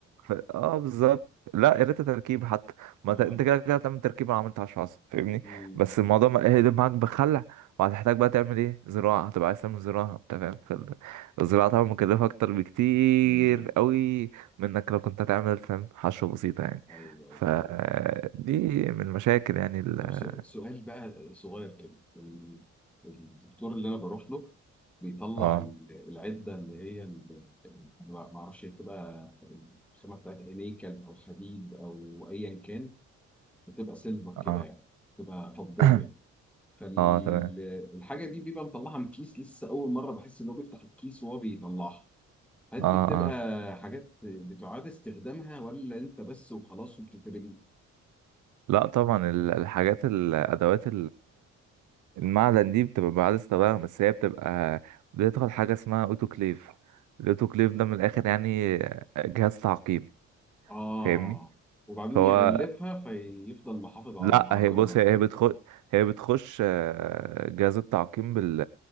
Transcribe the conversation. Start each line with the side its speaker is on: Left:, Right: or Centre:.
Right: ف... اه بالظبط لا يا ريت تركيب حتى ما
Centre: اه
Right: ت... انت كده كده هتعمل تركيب انا عملت 10 10 فاهمني
Centre: مم.
Right: بس الموضوع ما ايه ده معاك بخلع وهتحتاج بقى تعمل ايه زراعه هتبقى عايز تعمل زراعه انت فاهم فال- الزراعه طبعا مكلفه اكتر بكتير
Centre: مم.
Right: قوي من انك لو كنت هتعمل فاهم حشوه بسيطه يعني
Centre: ايوه
Right: ف
Centre: ايوه
Right: دي من المشاكل يعني ال...
Centre: طب سؤ- سؤال بقى صغير كده ال- الدكتور اللي انا بروح له بيطلع
Right: اه
Centre: ال- العده اللي هي ال- ما ما اعرفش هي بتبقى الخامه بتاعت انيكل او حديد او ايا كان بتبقى سيلفر
Right: اه
Centre: كده يعني بتبقى فضيه
Right: <coughs>
Centre: فالحاجه
Right: اه تمام
Centre: دي بيبقى مطلعها من كيس لسه اول مره بحس انه بيفتح الكيس وهو بيطلعها هل
Right: اه
Centre: دي بتبقى
Right: اه
Centre: حاجات بتعاد استخدامها ولا انت بس وخلاص وبتترمي؟
Right: لا طبعا ال- الحاجات الادوات المعدن دي بتبقى بعد استخدامها بس هي بتبقى بتدخل حاجة اسمها اوتوكليف الاوتوكليف ده من الآخر يعني جهاز تعقيم
Centre: اه
Right: فاهمني
Centre: وبعدين
Right: فهو
Centre: يغلفها فيفضل محافظ على
Right: لا
Centre: تعاقمها
Right: هي بص هي هي بتخش هي بتخش آه، جهاز التعقيم بال